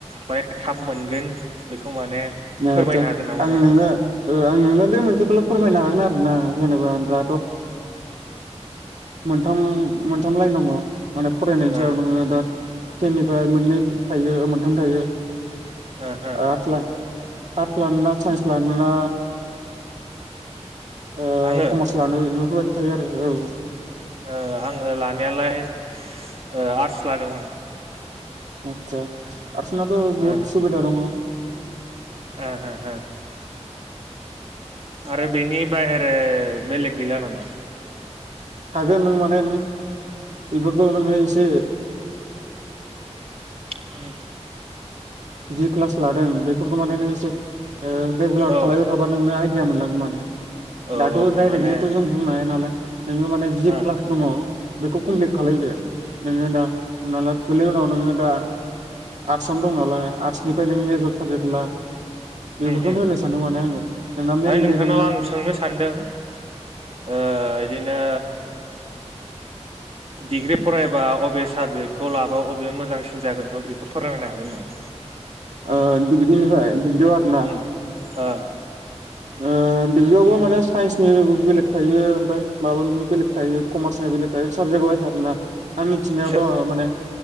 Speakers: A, on the right; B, on the right.
A: माने थाब मोनगोन बेखौ माने
B: ओ
A: फोरमायनो
B: आदसा
A: हागोन नामा
B: आं
A: नोंथां
B: नोंनो ओ आं नोंनो बे मोनसेखौल फोरमायनो हाग आरोना जेनेबा दाथ ओ मोनथाम मोन। <unintelligible> माने फरायनायनि सायाव
A: ओ
B: नोङो दा थेननिफ्राय मोननै थायो मोनथाम थायो।
A: ओ हो।
B: आर्टस ला आर्टस लानोना साइन्स लानोना ओ
A: आङो
B: कमार्स लानो इ फोरबादि थायो आरो औ।
A: ओ आङो लानायालाय आर्टस लादोंमोन।
B: आतसा। आर्टस नाथ' बहुत
A: ओ
B: सुबिदा दङ।
A: ओ हो हो। आरो बेनि बाहेरे बेलेग गैला नामा?
B: हागोन नों माने बेफोरखौ एसे
A: उम।
B: जिब क्लास लादों बेफोरखौ माने नों एसे ओ रेगुलार
A: औ
B: खालायबाय थाबा नोंनो आइ दिया मोनलांगोन माने।
A: औ
B: दाथ'
A: औ
B: दायरेक्टलिथ'
A: माने ओ
B: जों बुंनो हाया नालाय नोङो माने जि
A: ओ उम
B: क्लास दङ बेखौ कमप्लिट खालायदो। नोङो दा हमना ला नि उनाव नोङो दा आर्टस आवनो दं नालाय। आर्टसनि फ्राय नों मेजर साबजेक्टखौ ला। बेफोरखौनो
A: हुम हुम।
B: होनो सानदों माने आङो नोंना मेनलि
A: दायो नोंथांनाव
B: नों
A: आं सोंनो सानदों ओ बिदिनो डिग्रि फरायबा अबे साबजेक्टखौ लाबा अबे मोजांसिन जागोन? बेखौ फोरमायनो हागोन नामा?
B: ओ दिग्रिनिहाय? <unintelligible> आरो ना?
A: उम ओ
B: ओ डिग्रियावबो माने साइन्सनिबो बेलेग थायो ओमफ्राय माबानिबो बेलेग थायो कमार्सनि बेलेग थायो साबजेक्ट वाइस आरो ना। आं मिथिनायावथ'
A: सो
B: माने